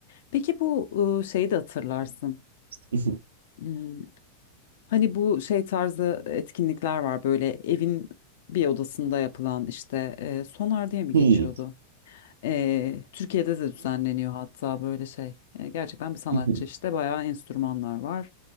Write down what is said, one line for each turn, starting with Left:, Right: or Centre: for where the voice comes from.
Left: Peki bu ıı, şeyi de hatırlarsın.
Right: <laughs>
Left: Hmm. Hani bu şey tarzı etkinlikler var böyle evin bir odasında yapılan işte e, sonar diye mi
Right: Hmm.
Left: geçiyordu? Ee, Türkiye'de de düzenleniyor hatta böyle şey. Ee, gerçekten bir sanatçı
Right: <laughs>
Left: işte bayağı enstrümanlar var.